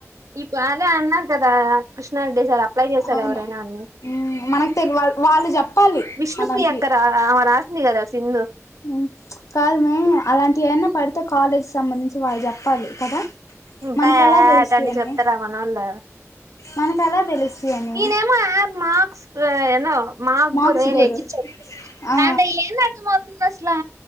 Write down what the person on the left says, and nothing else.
అవును
హ్మ్ మనకు తెలి వా వాళ్ళు చెప్పాలి
అలాంటివి
హ్మ్ కాదు మే అలాంటివి ఏవన్నా పడతే కాలేజ్ సంబంధించి వాళ్ళు చెప్పాలి కదా
మనకు
ఎలా తెలుస్తాయి అని
మనకు ఎలా తెలుస్తాయి అని
మార్క్స్
గురు
ఆ